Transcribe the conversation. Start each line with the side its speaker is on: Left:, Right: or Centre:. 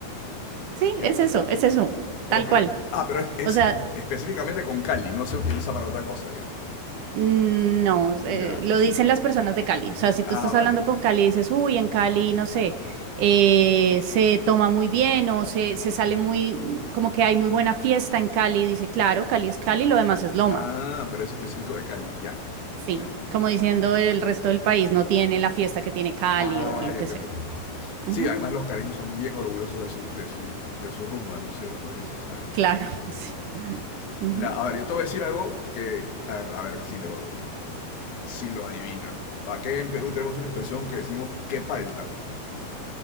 Right: Sí,
Left: Que,
Right: es eso, es eso,
Left: ok.
Right: tal cual.
Left: Ah, pero es, es-
Right: O sea,
Left: es- específicamente con Cali, no se utiliza para otra cosa, digamos.
Right: Mm, No,
Left: Ya.
Right: eh, lo dicen las personas de Cali. O sea, si tú
Left: Ah,
Right: estás
Left: vale.
Right: hablando con Cali y dices, uy, en Cali, no sé, eh, se toma muy bien o se, se sale muy, mm, como que hay muy buena fiesta en Cali, dice, claro, Cali es Cali, lo demás es Loma.
Left: Ah, pero es específico de Cali, ya.
Right: Sí,
Left: Ya.
Right: como diciendo el resto del país no tiene la fiesta que tiene Cali
Left: Ah,
Right: o lo
Left: ya
Right: que
Left: te
Right: sea.
Left: entiendo.
Right: Ujú,
Left: Sí, además los cariños son bien orgullosos de su, de su, de su rumba, ¿no es cierto? Y de su salsa.
Right: Claro, <laughs> sí. ujú.
Left: La- a ver, yo te voy a decir algo que, a, a ver si lo, si lo adivinas. Aquí en Perú tenemos una expresión que decimos que palta.